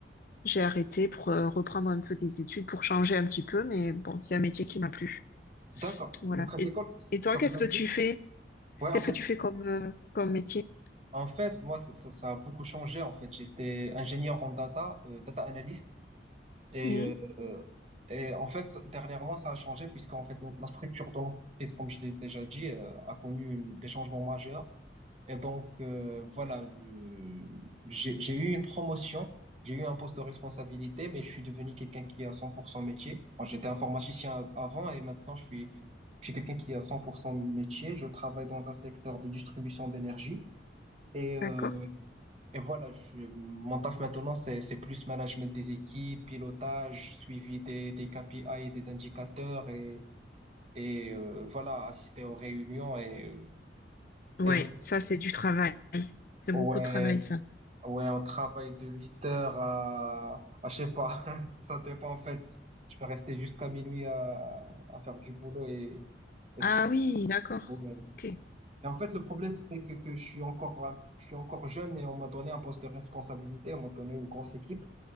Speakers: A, on the left (about 50°); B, on the right (about 35°).
A: j'ai arrêté pour euh, reprendre un peu des études, pour changer un petit peu, mais bon, c'est un métier qui m'a plu.
B: d'accord.
A: Voilà.
B: La trace
A: Et,
B: d'école, ça, ça
A: et toi, qu'est-ce
B: vous a
A: que
B: plu?
A: tu fais?
B: Ouais,
A: Qu'est-ce
B: en fait.
A: que tu fais comme, euh, comme métier?
B: En fait, moi, ça, ça- ça a beaucoup changé. En fait, j'étais ingénieur en data, euh, data analyst, et,
A: Mhm.
B: euh, et en fait, ça- dernièrement, ça a changé puisqu'en fait, la, la structure de l'entreprise, comme je l'ai déjà dit, euh, a connu une- des changements majeurs. Et donc, euh, voilà, je- j'ai, j'ai eu une promotion, j'ai eu un poste de responsabilité, mais je suis devenu quelqu'un qui a 100% métier. Moi, j'étais informaticien avant et maintenant, je suis, je suis quelqu'un qui a 100% métier. Je travaille dans un secteur de distribution d'énergie. Et euh,
A: D'accord.
B: et voilà, je, mon taf maintenant, c'est, c'est plus management des équipes, pilotage, suivi des, des KPI et des indicateurs et, et euh, voilà, assister aux réunions. Et,
A: Ouais,
B: et
A: ça, c'est du travail. C'est
B: ouais,
A: beaucoup de travail, ça.
B: ouais, on travaille de 8 heures à, à je sais pas, <laughs> ça dépend en fait. Je peux rester jusqu'à minuit à, à faire du boulot et, et,
A: Ah
B: c'est-
A: oui, d'accord.
B: ouais.
A: Ok.
B: Et en fait, le problème, c'est que, que je suis encore, un- je suis encore jeune et on m'a donné un poste de responsabilité, on m'a donné une grosse équipe.